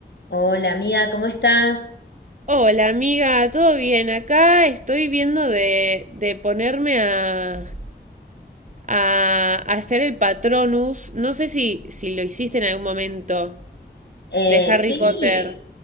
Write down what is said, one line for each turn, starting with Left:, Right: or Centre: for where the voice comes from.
Left: Hola amiga, ¿cómo estás?
Right: Hola amiga, ¿todo bien? Acá estoy viendo de, de ponerme a, a hacer el Patronus. No sé si, si lo hiciste en algún momento
Left: Eh,
Right: de Harry
Left: sí,
Right: No. Potter.